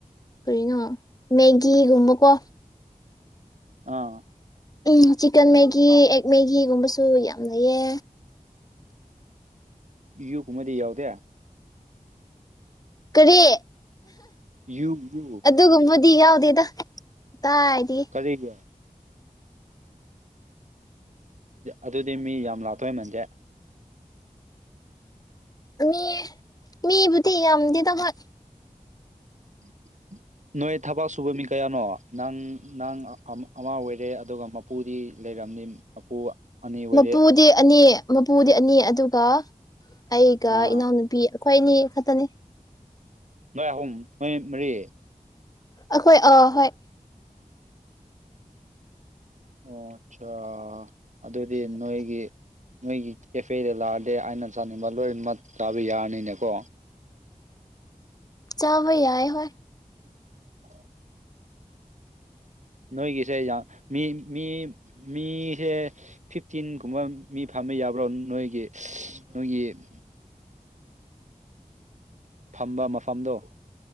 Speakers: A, on the left; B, on the right.
A: ꯀꯔꯤꯅꯣ ꯃꯦꯒꯤꯒꯨꯝꯕꯀꯣ
B: ꯑꯥ
A: ꯎꯝ ꯆꯤꯛꯀꯟ ꯃꯦꯒꯤ ꯑꯦꯛ ꯃꯦꯒꯤꯒꯨꯝꯕꯁꯨ ꯌꯥꯝ ꯂꯩꯌꯦ
B: ꯌꯨꯀꯨꯝꯕꯗꯤ ꯌꯥꯎꯗꯦ
A: ꯀꯔꯤ
B: ꯌꯨꯕꯨ
A: ꯑꯗꯨꯒꯨꯝꯕꯗꯤ ꯌꯥꯎꯗꯦꯗ ꯀꯥꯏꯗꯒꯤ
B: ꯀꯔꯤꯒꯤ ꯑꯗꯨꯗꯤ ꯃꯤ ꯌꯥꯝ ꯂꯥꯛꯇꯣꯏ ꯃꯟꯗꯦ
A: ꯃꯤ ꯃꯤꯕꯨꯗꯤ ꯌꯥꯝꯗꯦꯗ ꯍꯣꯏ
B: ꯎꯝ ꯎꯝ <unintelligible> ꯅꯣꯏ ꯊꯕꯛ ꯁꯨꯕ ꯃꯤ ꯀꯌꯥꯅꯣ ꯅꯪ ꯅꯪ ꯑꯃ ꯑꯣꯏꯔꯦ ꯑꯗꯨꯒ ꯃꯄꯨꯗꯤ ꯂꯩꯔꯝꯅꯤ ꯃꯄꯨ ꯑꯅꯤ ꯑꯣꯏꯔꯦ
A: ꯃꯄꯨꯗꯤ ꯑꯅꯤ ꯃꯄꯨꯗꯤ ꯑꯅꯤ ꯑꯗꯨꯒ ꯑꯩꯒ
B: ꯑꯥ
A: ꯏꯅꯥꯎꯅꯨꯄꯤ ꯅꯨꯄꯤ ꯑꯩꯈꯣꯏ ꯑꯅꯤ ꯈꯛꯇꯅꯦ
B: ꯅꯣꯏ ꯑꯍꯨꯝ ꯅꯣꯏ ꯃꯔꯤ
A: ꯑꯩꯈꯣꯏ ꯑꯥ ꯍꯣꯏ
B: ꯑꯣ ꯑꯠꯆꯥꯥ ꯑꯗꯨꯗꯤ ꯅꯣꯏꯒꯤ ꯅꯣꯏꯒꯤ ꯀꯦꯐꯦꯗ ꯂꯥꯛꯑꯗꯤ ꯑꯩꯅ ꯆꯥꯅꯤꯡꯕ ꯂꯣꯏꯅꯃꯛ ꯆꯥꯕ ꯌꯥꯔꯅꯤꯅꯦꯀꯣ
A: ꯆꯥꯕꯥ ꯌꯥꯏ ꯍꯣꯏ
B: ꯑ <unintelligible> ꯅꯣꯏꯒꯤꯁꯦ ꯌꯥꯝ ꯃꯤ ꯃꯤ ꯃꯤꯁꯦ ꯐꯤꯐꯇꯤꯟꯒꯨꯝꯕ ꯃꯤ ꯐꯝꯕ ꯌꯥꯕ꯭ꯔꯣ ꯅꯣꯏꯒꯤ ꯅꯣꯏꯒꯤ <inaudible> ꯐꯥꯝꯕ ꯃꯐꯝꯗꯣ